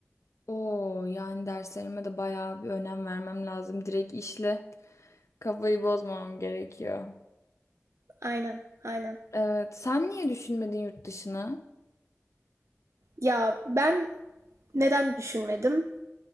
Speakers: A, on the left; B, on the right.
A: Oo yani derslerime de bayağı bir önem vermem lazım. Direkt işle. Kafayı bozmam gerekiyor.
B: Aynen, aynen.
A: Evet. Sen niye düşünmedin yurt dışını?
B: Ya ben neden düşünmedim?